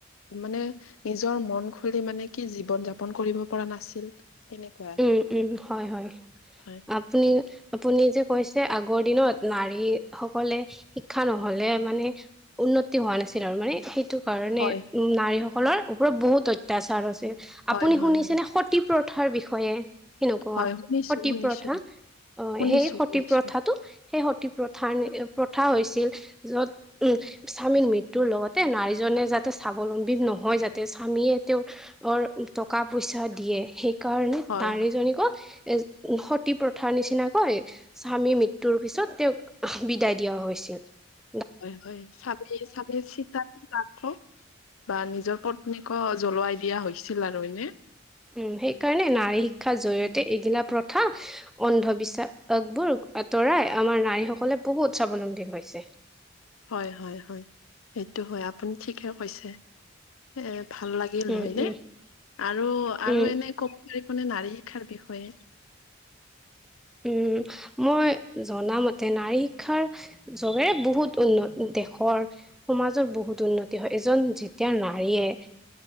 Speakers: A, on the left; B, in the centre.
A: মানে নিজৰ মন খুলি মানে কি জীৱন যাপন কৰিব পৰা নাছিল তেনেকুৱা
B: উম উম হয় হয়
A: হয়
B: আপুনি আপুনি যে কৈছে, আগৰ দিনত নাৰী সকলে শিক্ষা নহলে মানে উন্নতি হোৱা নাছিল আৰু মানে সেইটো কাৰণে
A: হয়
B: ওম নাৰীসকলৰ ওপৰত বহুত অত্যাচাৰ হৈছে।
A: হয়
B: আপুনি
A: হয়
B: শুনিছেনে?
A: হয়
B: সতী প্ৰথাৰ বিষয়ে। সেনেকুৱা,
A: হয়
B: সতী
A: শুনিছো শুনিছো
B: প্ৰথা অ',
A: শুনিছো
B: সেই সতী
A: শুনিছো
B: প্ৰথাটো সেই সতী প্ৰথাৰ প্ৰথা হৈছিল। যত উম স্বামীৰ মৃত্যুৰ লগতে নাৰীজন মানে যাতে স্বাৱলম্বী নহয় যাতে স্বামীয়ে তেওঁৰ অৰ টকা পইচা দিয়ে। সেইকাৰণে
A: হয়
B: তাৰিজনীক। এ সতী প্ৰথাৰ নিচিনাকৈ স্বামী মৃত্যুৰ পিছত তেওঁক বিদায় দিয়া হৈছে। <unintelligible>
A: হয়- হয় <unintelligible> বা নিজৰ পত্নীকো জ্বলোৱাই দিয়া হৈছিল আৰু হয়নে?
B: উম সেইকাৰণে নাৰী শিক্ষাৰ জৰিয়তে এইগিলা প্ৰথা অন্ধবিশ্বাসবোৰ আঁ তৰাই আমাৰ নাৰীসকলে বহুত স্বাৱলম্বী হৈছে।
A: হয়-হয়-হয় সেইটো হয়, আপুনি ঠিকে কৈছে এ ভাল লাগিল
B: উম
A: হয়নে
B: উম
A: আৰু আৰু
B: উম
A: এনে ক মানে নাৰী শিক্ষাৰ বিষয়ে
B: উম মই জনা মতে নাৰী শিক্ষাৰ ছবে বহুত উন্নতি। দেশৰ সমাজৰ বহুত উন্নতি হয়। এজন যেতিয়া নাৰীয়ে